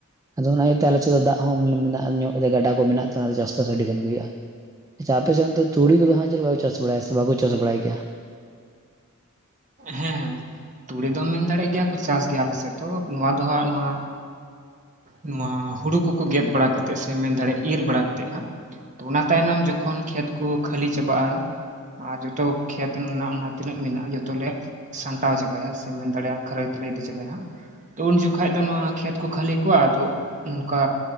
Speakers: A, on the right (about 15°); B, on the right (about 35°).
A: ᱟᱫᱚ ᱚᱱᱟ ᱟᱹᱛᱮ ᱟᱞᱮ ᱥᱮ ᱦᱚ ᱫᱟᱜ ᱦᱚᱸ ᱢᱮᱱᱟᱜᱼᱟ ᱧᱚᱜ ᱨᱮ ᱜᱟᱰᱟ ᱠᱚ ᱢᱮᱱᱟᱜ ᱛᱮ ᱚᱱᱟ ᱪᱟᱥᱵᱟᱥ ᱟᱹᱰᱤ ᱜᱟᱱ ᱜᱮ ᱦᱩᱭᱩᱜᱼᱟ᱾ ᱪᱟ ᱟᱯᱮ ᱥᱮ ᱚᱱᱛᱮ ᱛᱩᱲᱤ ᱠᱚᱫᱚ ᱦᱟᱸᱜ ᱪᱮᱞᱠᱟ ᱠᱚ ᱪᱟᱥ ᱵᱟᱲᱟᱭᱟ ᱥᱮ ᱵᱟᱠᱚ ᱪᱟᱥ ᱵᱟᱲᱟᱭ ᱜᱮᱭᱟ᱾
B: ᱦᱮᱸ, ᱛᱩᱲᱤ ᱫᱚᱢ ᱢᱮᱱ ᱫᱟᱲᱭᱟᱜ ᱜᱮᱭᱟ ᱠᱩ ᱪᱟᱥ ᱜᱮᱭᱟ ᱟᱞᱮ ᱥᱮᱫ ᱫᱚ ᱱᱚᱣᱟ ᱫᱚ ᱦᱟᱸᱜ ᱱᱚᱣᱟ ᱱᱚᱣᱟ ᱦᱩᱲᱩ ᱠᱩᱠᱩ ᱜᱮᱫ ᱵᱟᱲᱟ ᱠᱟᱛᱮᱫ ᱥᱮ ᱢᱮᱱ ᱫᱟᱲᱮᱭᱟᱜ ᱤᱨ ᱵᱟᱲᱟ ᱠᱟᱛᱮᱫ ᱦᱟᱸᱜ᱾ ᱚᱱᱟ ᱛᱟᱭᱱᱚᱢ ᱡᱚᱠᱷᱚᱱ ᱠᱷᱮᱛ ᱠᱚ ᱠᱷᱟᱹᱞᱤ ᱪᱟᱵᱟᱜᱼᱟ, ᱟᱨ ᱡᱚᱛᱚ ᱠᱷᱮᱛ ᱨᱮᱱᱟᱜ ᱚᱱᱟ ᱛᱤᱱᱟᱹᱜ ᱢᱮᱱᱟᱜᱼᱟ ᱡᱚᱛᱚᱞᱮ ᱥᱟᱢᱴᱟᱣ ᱪᱟᱵᱟᱭᱟ ᱥᱮ ᱢᱮᱱ ᱫᱟᱲᱮᱭᱟᱜᱼᱟ ᱠᱷᱟᱹᱨᱟᱹᱭ ᱛᱮᱞᱮ ᱤᱫᱤ ᱪᱟᱵᱟᱭᱟ ᱦᱟᱸᱜ ᱛᱚ ᱩᱱ ᱡᱚᱠᱷᱷᱟᱡ ᱫᱚ ᱱᱚᱣᱟ ᱠᱷᱮᱛ ᱠᱚ ᱠᱷᱟᱹᱞᱤ ᱠᱚᱣᱟ ᱟᱫᱚ ᱱᱚᱝᱠᱟ